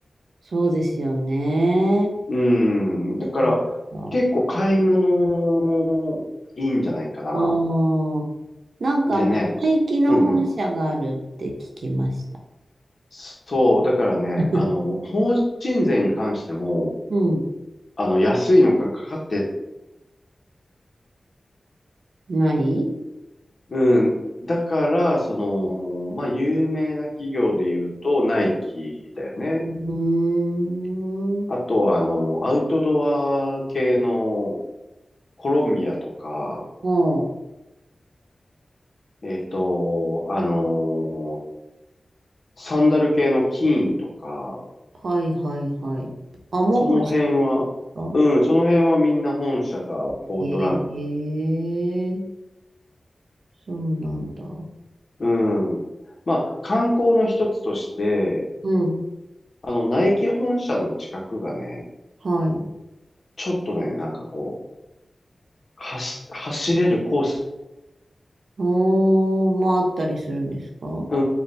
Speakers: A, on the right; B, on the left.
A: そうですよね。
B: うーん。だから結構買い物いいんじゃないかな。
A: なんか、あー。なんか、
B: でね、
A: 廃棄の本社があるって聞きました。
B: うんうん。そう、だからね、
A: <laughs>
B: あの、法人税に関しても、
A: うん。
B: あの、安いのかかかって、
A: ない
B: うん。だから、その、まあ、有名な企業で言うと、ナイキだよね。
A: うーん。
B: あとは、あの、アウトドア系のコロンビアとか、
A: は
B: えっと、あの、サンダル系のキーンとか、
A: あ、はいはいはい。あ、もう欲しかった
B: その辺は、うん、その辺はみんな本社がポートラン
A: へえ、そうなんだ。
B: ド、うん。まあ、観光の一つとして、
A: うん、
B: あの、ナイキ本社の近くがね、
A: はい。
B: ちょっとね、なんかこう、走、走れるコース。
A: おー、まああったりするんですか
B: う